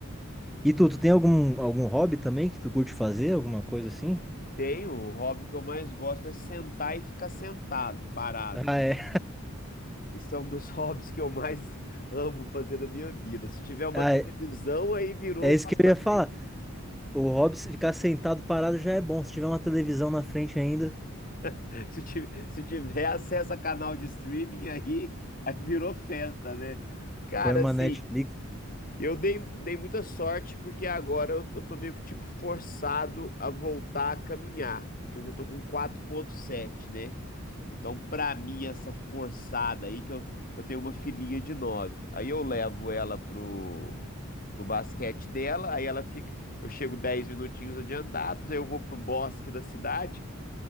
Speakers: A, in the centre; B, on the left.
A: E tu, tu tem algum, algum hobby também que tu curte fazer? Alguma coisa assim?
B: Tenho, o hobby que eu mais gosto é sentar e ficar sentado, parado.
A: Ah, é.
B: Isso é um dos <laughs> hobbies que eu mais amo fazer na minha vida. Se tiver uma
A: Ah,
B: televisão,
A: é
B: aí virou
A: é isso
B: passatempo.
A: que eu ia falar. O hobby, se ficar sentado parado já é bom. Se tiver uma televisão na frente ainda,
B: <laughs> Se ti- se tiver acesso a canal de streaming, aí, aí virou festa, né? Cara,
A: põe uma
B: assim,
A: Netflix.
B: Eu dei, dei muita sorte porque agora eu, tô eu tô meio que tipo forçado a voltar a caminhar, porque eu já tô com 4.7, né? Então, pra mim, essa forçada aí, que eu, que eu tenho uma filhinha de 9, aí eu levo ela pro, pro basquete dela, aí ela fica, eu chego 10 minutinhos adiantados, aí eu vou pro bosque da cidade,